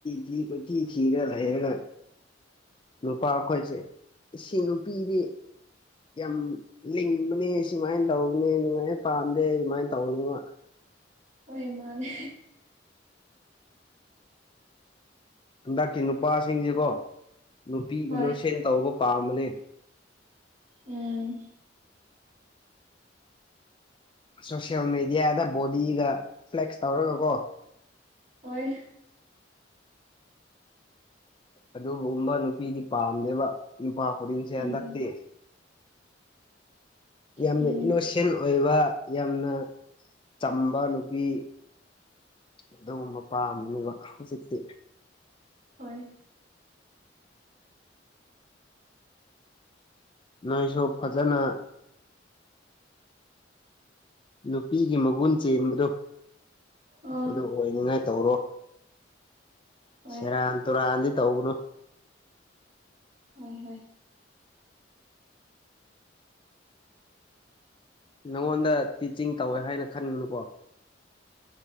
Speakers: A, on the left; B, on the right.
A: ꯊꯤ ꯀꯣꯏ ꯊꯤ ꯊꯤꯔꯒ ꯂꯩꯔꯒ ꯅꯨꯄꯥ ꯑꯩꯈꯣꯏꯁꯦ ꯁꯤ ꯅꯨꯄꯤꯗꯤ ꯌꯥꯝ ꯂꯤꯡꯕꯅꯦ ꯁꯨꯃꯥꯏꯅ ꯇꯧꯕꯅꯤ ꯁꯨꯃꯥꯏꯅ ꯄꯥꯝꯗꯦ ꯑꯗꯨꯃꯥꯏꯅ ꯇꯧ <unintelligible>
B: ꯍꯣꯏ ꯃꯥꯅꯦ
A: ꯍꯟꯗꯛꯀꯤ ꯅꯨꯄꯥꯁꯤꯡꯁꯤꯀꯣ ꯅꯨꯄꯤ
B: ꯍꯣꯏ
A: ꯏꯅꯣꯁꯦꯟ ꯇꯧꯕ ꯄꯥꯝꯕꯅꯦ
B: ꯎꯝ
A: ꯁꯣꯁꯤꯌꯦꯜ ꯃꯦꯗꯤꯌꯥꯗ ꯕꯣꯗꯤꯒ ꯐ꯭ꯂꯦꯛꯁ ꯇꯧꯔꯒꯀꯣ
B: ꯑꯣꯏ
A: ꯑꯗꯨꯒꯨꯝꯕ ꯅꯨꯄꯤꯗꯤ ꯄꯥꯝꯗꯦꯕ ꯅꯨꯄꯥ ꯈꯨꯗꯤꯡꯁꯦ
B: ꯎꯝ
A: ꯍꯟꯗꯛꯇꯤ ꯌꯥꯝꯅ
B: ꯎꯝ
A: ꯏꯂꯣꯁꯤꯟ ꯑꯣꯏꯕ ꯌꯥꯝꯅ ꯆꯝꯕ ꯅꯨꯄꯤ ꯑꯗꯨꯒꯨꯝꯕ ꯃꯄꯥꯝꯕꯅꯤꯕ ꯍꯧꯖꯤꯛꯇꯤ
B: ꯍꯣꯏ
A: ꯅꯣꯏꯁꯨ ꯐꯖꯅ ꯅꯨꯄꯤꯒꯤ ꯃꯒꯨꯟ ꯆꯦꯟꯕꯗꯣ
B: ꯑ
A: ꯑꯗꯨ ꯑꯣꯏꯅꯤꯡꯉꯥꯏ ꯇꯧꯔꯣ
B: ꯍꯣꯏ
A: ꯁꯦꯔꯥꯟ ꯇꯨꯔꯥꯟꯗꯤ ꯇꯧꯒꯅꯨ
B: ꯍꫭꯏ ꯍꯣꯏ
A: ꯅꯪꯉꯣꯟꯗ ꯇꯤꯆꯤꯡ ꯇꯧꯋꯦ ꯍꯥꯏꯅ ꯈꯟꯒꯅꯨꯀꯣ